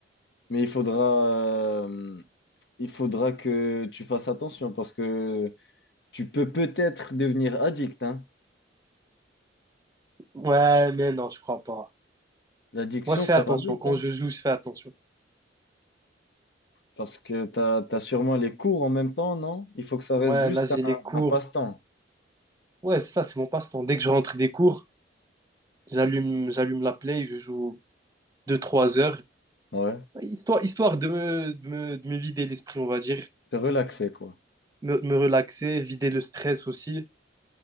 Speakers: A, on the left (about 70°); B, on the right (about 20°).
A: mais il faudra, euh, il faudra que tu fasses attention parce que tu peux peut-être devenir addict, hein.
B: Ouais, mais non, je crois pas.
A: L'addiction,
B: Moi, je fais
A: ça
B: attention.
A: va vite,
B: Quand
A: hein.
B: je joue, je fais attention.
A: Parce que tu as, sûrement les cours en même temps, non? Il faut que ça
B: Ouais,
A: reste juste
B: là, j'ai
A: un,
B: les cours.
A: un passe-temps.
B: Ouais, c'est ça, c'est mon passe-temps. Dès que je rentre des cours, j'allume j'allume la Play, je joue deux trois heures.
A: Ouais.
B: Histoire, histoire de me, de me, de me vider l'esprit, on va dire.
A: C'est relaxé, quoi.
B: Me, me relaxer, vider le stress aussi.